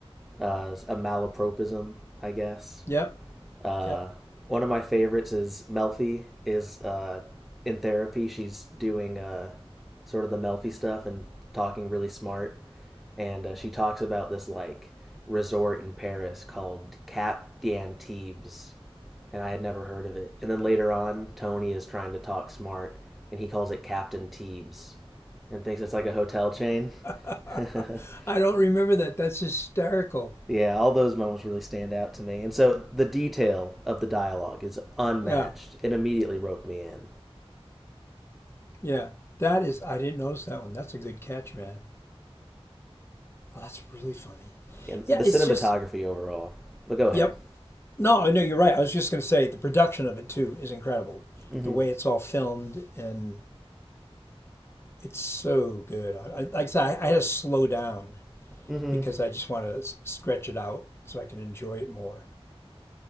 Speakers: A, in the centre; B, on the left.
A: Uh, a malapropism, I guess.
B: Yep.
A: Uh,
B: Yep.
A: one of my favorites is Melfi is uh, in therapy. She's doing uh, sort of the Melfi stuff and talking really smart. And uh, she talks about this like resort in Paris called Cap d'Antibes and I had never heard of it. And then later on, Tony is trying to talk smart, and he calls it Captain Teebs and thinks it's like a hotel chain. <laughs>
B: <laughs> I don't remember that. That's hysterical.
A: yeah, all those moments really stand out to me. And so the detail of the dialogue is unmatched.
B: Yeah,
A: It immediately roped me in.
B: yeah. That is, I didn't notice that one. That's a good catch, man. Oh, that's really funny.
A: And
B: Yeah,
A: the
B: it's
A: cinematography
B: just,
A: overall. But go ahead.
B: yep. No, I know you're right. I was just going to say the production of it too is incredible.
A: Mm-hmm.
B: The way it's all filmed and it's so good. I, I, like I said, I, I had to slow down
A: Mm-hmm.
B: because I just want to s- stretch it out so I can enjoy it more.